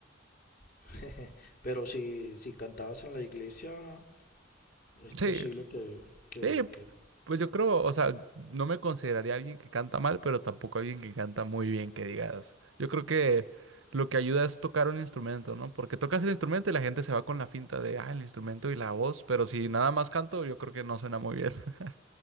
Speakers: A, on the left; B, on the right.
A: <laughs> Pero si, si cantabas en la iglesia, es posible
B: Sí,
A: que, que,
B: sí,
A: que...
B: pues yo creo, o sea, no me consideraría alguien que canta mal, pero tampoco alguien que canta muy bien, que digas. Yo creo que lo que ayuda es tocar un instrumento, ¿no? Porque tocas el instrumento y la gente se va con la finta de, ah, el instrumento y la voz, pero si nada más canto, yo creo que no suena muy bien. <laughs>